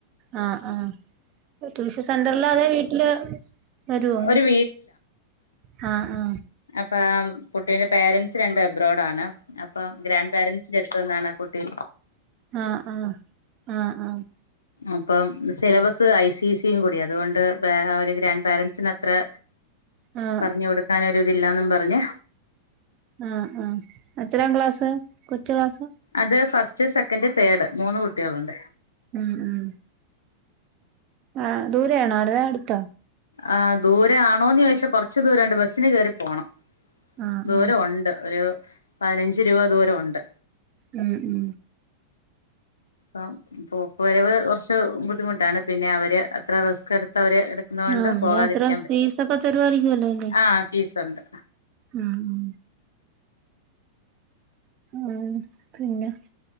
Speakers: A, on the right; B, on the left.
A: ങാ ങാ ട്യൂഷൻ സെന്ററിലാതെ വീട്ടില് വരുവോ
B: ഒരു
A: ങാ ങാ
B: അപ്പംകുട്ടീന്റെ പോരൻറ്സ് രണ്ടും എബ്രോഡ ആണോ അപ്പം ഗ്രാൻ് പാരൻറ്സിന്റെ അടുത്ത് നിന്നാണോ കുട്ടി
A: അ ആ അ ആഹ്
B: അപ്പം സിലബസ് ഐ സി സിയും കൂടിയാ അതുകൊണ്ട് ഒരു ഗ്രാൻഡ് പാരൻസിന് അത്ര
A: ആ
B: പറഞ്ഞു കൊടുക്കാനായി നില്ലാന്നും പറഞ്ഞ്
A: ആ ആഎത്രാം ക്ലാസ് കൊച്ചു ക്ലാസ്
B: അത് ഫസ് റ്റ്, സെക്കൻഡ്, തേർഡ് മൂന്ന് കുട്ടിളു ണ്ട്.
A: ഉം ഉ ആ ദൂരെ ആണോ <unintelligible> അട് ത്ത
B: ആ ദൂര ആണോന്നോയിച്ചാൽ കൊറച്ച് ദൂരണ്ട് ബസ്സിന് കേറി പോണം.
A: ആ
B: ദൂര
A: ആ
B: ഉണ്ട് ഒരു പയിനഞ്ച് രൂപ ദൂരം ഉണ്ട്
A: ഉം ഉം
B: ആ പോക്ക് വരവ് കൊർച് ബുദ്ധിമു അതാണ് പിന്നെ അവര് അത്ര റിസ്ക് എട് ഇപ്പോ അവര് എടുക്കുന്നോണ്ട്
A: ആ അന്നേരം
B: പോകാതിരിക്കാൻ
A: അത്ര
B: പറ്റും
A: ഫീസൊക്കെ തരുവായിരിക്കുവല്ലോ അല്ലേ
B: ആ ഫീസൊണ്ട്.
A: ഉം ഉം പിന്നെ